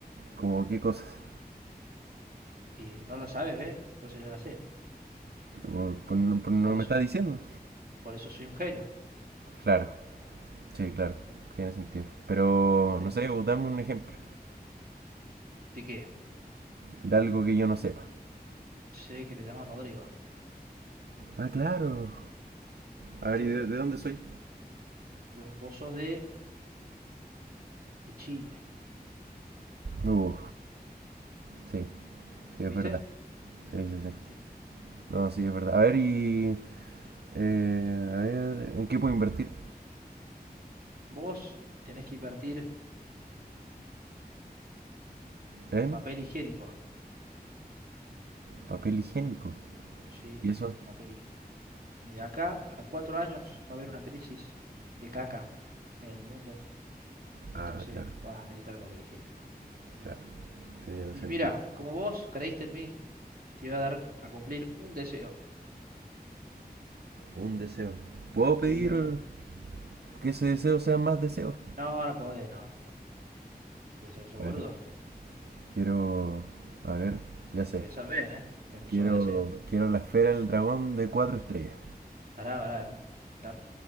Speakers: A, on the right; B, on the right.
A: ¿cómo qué cosas?
B: y no la sabe, ¿ves? Entonces yo la sé.
A: Por- por no, por no
B: Por eso,
A: me estás diciendo.
B: por eso soy un genio,
A: Claro, sí, claro, tiene sentido. Pero,
B: ¿viste?
A: no sé, vos dame un ejemplo
B: ¿De qué?
A: de algo que yo no sepa.
B: Sé que te llamas Rodrigo,
A: Ah, claro.
B: ¿viste?
A: A ver, ¿y de, de dónde soy?
B: Yo- vos sos de, de Chile,
A: Uh, sí, sí, es
B: ¿viste?
A: verdad. Sí, sí, sí.
B: ¿Viste?
A: No, sí, es verdad. A ver, y... Eh, a ver, ¿en qué puedo invertir?
B: Vos tenés que invertir
A: En
B: en papel higiénico,
A: papel higiénico.
B: ¿sí?
A: ¿Y eso?
B: Papel higiénico. Y de acá a cuatro años va a haber una crisis de caca en el mundo, entonces
A: Ah, claro,
B: vas a necesitar el papel higiénico.
A: claro, tiene
B: Y
A: sentido.
B: mira, como vos creíste en mí, te voy a dar a cumplir un deseo,
A: Un deseo. ¿Puedo
B: sí,
A: pedir
B: uno solo.
A: que ese deseo sea más deseos?
B: No, no podés, no, no podés. Te deseo eso,
A: A
B: boludo.
A: ver, quiero... A ver, ya sé.
B: Pensar bien, ¿eh? Es un
A: Quiero,
B: solo deseo.
A: quiero la esfera del dragón de cuatro estrellas.
B: Pará, pará, es un, la-